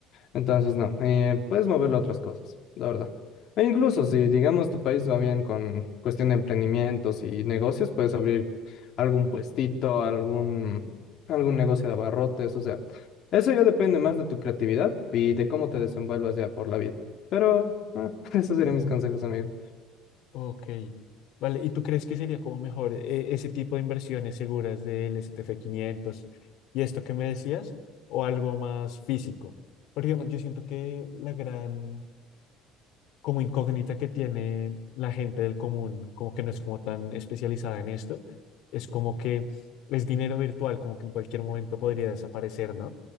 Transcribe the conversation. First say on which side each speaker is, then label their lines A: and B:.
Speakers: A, on the left; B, on the left.
A: Entonces, no, eh, puedes moverlo a otras cosas, la verdad. E incluso si, digamos, tu país va bien con cuestión de emprendimientos y negocios, puedes abrir algún puestito, algún, algún negocio de abarrotes, o sea, eso ya depende más de tu creatividad y de cómo te desenvuelvas ya por la vida. Pero, ah, <laughs> esos serían mis consejos, amigo.
B: Ok, vale. ¿Y tú crees que sería como mejor eh, ese tipo de inversiones seguras del STF quinientos y esto que me decías o algo más físico? Porque digamos, yo siento que la gran como incógnita que tiene la gente del común, como que no es como tan especializada en esto, es como que es dinero virtual, como que en cualquier momento podría desaparecer, ¿no?